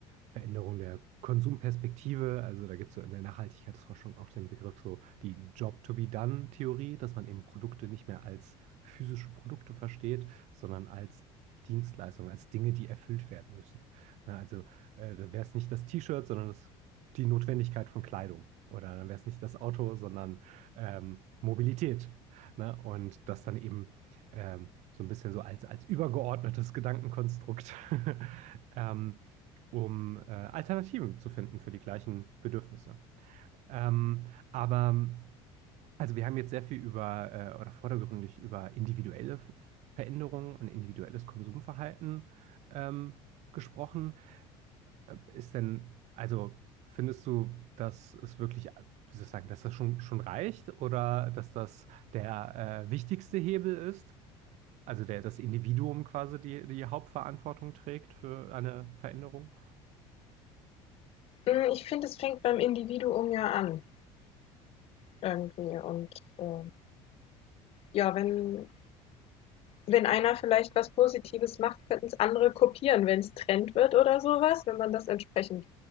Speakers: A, on the right (about 65°); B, on the left (about 50°).
A: Veränderung der Konsumperspektive. Also da gibt es so in der Nachhaltigkeitsforschung auch den Begriff so die Job-to-be-done-Theorie, dass man eben Produkte nicht mehr als physische Produkte versteht, sondern als Dienstleistungen, als Dinge, die erfüllt werden müssen. Ja, also äh, da wäre es nicht das T-Shirt, sondern das, die Notwendigkeit von Kleidung. Oder dann wäre es nicht das Auto, sondern ähm, Mobilität. Ne? Und dass dann eben ähm, so ein bisschen so als, als übergeordnetes Gedankenkonstrukt, <laughs> ähm, um äh, Alternativen zu finden für die gleichen Bedürfnisse. Ähm, aber also wir haben jetzt sehr viel über äh, oder vordergründig über individuelle Veränderungen und individuelles Konsumverhalten ähm, gesprochen. Äh, Ist denn, also findest du, dass es wirklich, äh, wie soll ich sagen, dass das schon, schon reicht oder dass das der äh, wichtigste Hebel ist? Also der, das Individuum quasi die, die Hauptverantwortung trägt für eine Veränderung?
B: Mm, Ich finde, es fängt beim Individuum ja an. Irgendwie und, ähm, ja, wenn wenn einer vielleicht was Positives macht, könnten es andere kopieren, wenn es Trend wird oder sowas wenn man das entsprechend